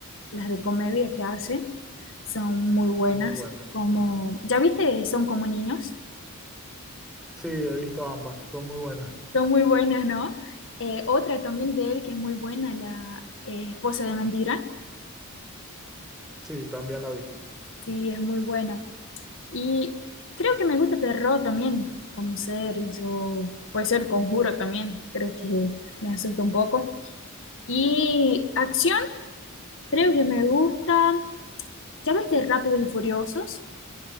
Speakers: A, on the left (about 60°); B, in the centre.
A: Las de comedia que hace son muy buenas,
B: Muy buena.
A: como, ¿ya viste? Son como niños,
B: Sí, he visto ambas, son muy buenas.
A: son muy buenas, ¿no? Eh, otra también de él que es muy buena, la eh, esposa de mentira,
B: Sí, también la vi.
A: sí, es muy buena. Y creo que me gusta terror también, como series, o puede ser Conjuro también, creo que me asusta un poco. Y acción, creo que me gusta, ¿ya viste Rápidos y Furiosos?